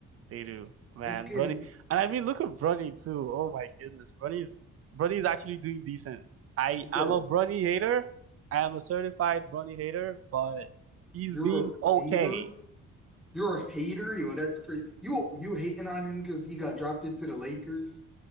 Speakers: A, on the right; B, in the centre.
A: They do, man.
B: it's getting,
A: Bronny, and I mean, look at Bronny too. Oh my goodness, Bronny's Bronny's actually doing decent. I
B: bro,
A: I'm a Bronny hater. I am a certified Bronny hater, but he's
B: you're
A: been okay.
B: a hater. You're a hater, yo, that's crazy. You you hating on him because he got drafted to the Lakers?